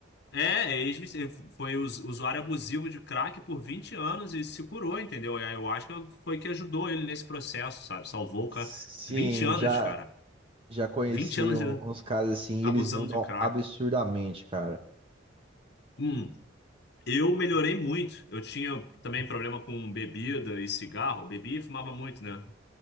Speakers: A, on the left; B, on the right.
A: É, é ex- foi us- usuário abusivo de crack por 20 anos e se curou, entendeu? E a ayahuasca foi que ajudou ele nesse processo, sabe? Salvou o
B: Sim,
A: cara. vinte anos,
B: já,
A: cara.
B: já conheci
A: vinte anos
B: um-
A: de-
B: uns caras assim,
A: abusando
B: e eles mudam
A: de crack.
B: absurdamente, cara.
A: Hum, eu melhorei muito. Eu tinha também problema com bebida e cigarro. Bebia e fumava muito, né?